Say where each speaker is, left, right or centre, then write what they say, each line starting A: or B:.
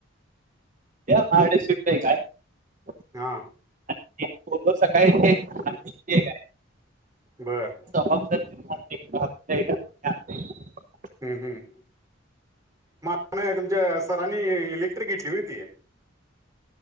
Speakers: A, on the right; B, on the right.
A: उद्या माज्याकडं स्विफ्ट एक आहे.
B: हा
A: <unintelligible>
B: बरं
A: <unintelligible>
B: हम्म हम्म <unintelligible> तुमच्या सरांनी इलेक्ट्रिक घेतली होय ती?